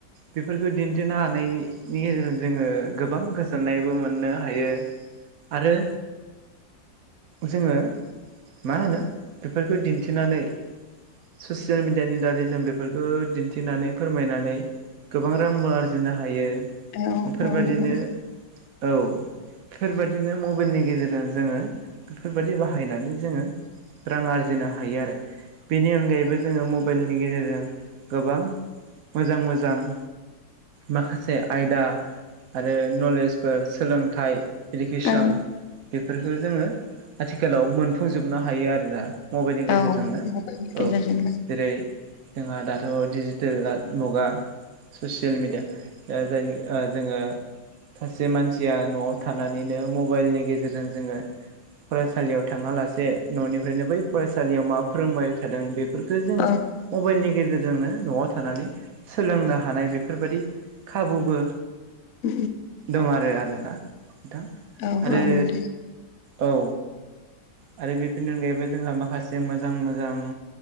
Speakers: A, on the right; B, on the left.
A: बेफोरखौ दिन्थिनो हानायनि गेजेरजों जोङो गोबां गोजोननायबो मोननो हायो आरो जोङो मा होनो बेफोरखौ दिन्थिनानै ससियेल मिडियानि दारै जों बेफोरखौ दिन्थिनानै फोरमायनानै गोबां रांबो आरजिनो हायो
B: औ
A: बेफोरबादिनो
B: औ नंगौ
A: औ बेफोरबादिनो मबेइलनि गेजेरजों जोङो बेफोरबादि बाहायनानै जोङो रां आरजिनो हायो आरो बेनि अनगायैबो जोङो मबेइलनि गेजेरजों गोबां मोजां मोजां माखासे आयदा आरो नलेजफोर सोलोंथाइ इडुकेसन
B: औ
A: बेफोरखौ जोङो आथिखालाव मोनफुंजोबनो हायो आरोना मबेइलनि गेजेरजोंनो
B: औ मबाइलनि गेजेरजों
A: औ जेरै जोंहा दाथ' डिजिटेेल <unintelligible> मुगा ससियेल मेडिया ओ जायनि ओ जोङो सासे मानसिया न'आव थानानैनो मबाइलनि गेजेरजों जोङो फरायसालियाव थाङालासे न'निफ्रायनो बै फरायसालियाव मा फोरोंबाय थादों बेफोरफोरखो जोङो
B: औ
A: मबाइलनि गेजेरजोंनो न'आव थानानै सोलोंनो हानाय बे फोरबादि खाबुबो
B: औ
A: दं आरो आरोना नोंथां
B: औ
A: आरो
B: नोंथां
A: औ आरो बेफोरनि अनगायैबो जोंहा माखासे मोजां मोजां